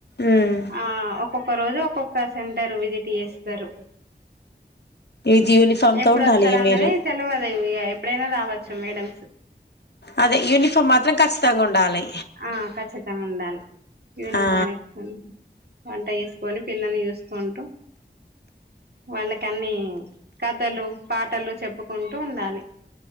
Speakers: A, on the left; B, on the right.
A: మ్మ్
B: ఆ ఒక ఒక్క రోజు ఒక్కొక్క సెంటర్ విజిట్ చేస్తారు
A: ఇది యూనిఫామ్
B: ఎప్పుడుస్తారన్నది
A: తో ఉండాలి ఇక మీరు
B: తెలివదు ఎప్పుడైనా రావచ్చు మేడమ్స్
A: అదే యూనిఫామ్ మాత్రం ఖచ్చితంగా ఉండాలి
B: ఆ ఖచ్చితం ఉండాలి యూనిఫామ్
A: ఆ
B: వేసుకుని వంట చేసుకొని పిల్లలని చూసుకుంటూ వాళ్ళకి అన్ని కథలు పాటలు చెప్పుకుంటూ ఉండాలి